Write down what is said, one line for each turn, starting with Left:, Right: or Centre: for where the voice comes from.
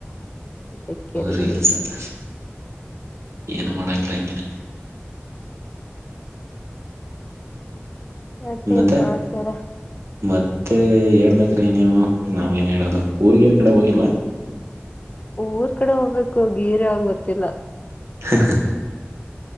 Left: ಅದಕ್ಕೆ ರೀ
Right: ರೀಲ್ಸ್ ಆತ ಏನು ಮಾಡೋಗಿಲ್ಲ ಹಂಗೆನೇ
Left: ಮತ್ತೇನ್
Right: ಮತ್ತೆ
Left: ಸಮಚಾರ
Right: ಮತ್ತೆ ಹೇಳ್ಬೇಕ್ರಿ ನೀವು ನಾವೇನ್ ಹೇಳದು ಊರ್ಗೇರ್ ಕಡೆ ಹೋಗಿಲ್ವಾ
Left: ಊರ್ ಕಡೆ ಹೋಗ್ಬೇಕು ಗೀರ್ ಯಾವುದು ಗೊತ್ತಿಲ್ಲ
Right: ಹ ಹಾ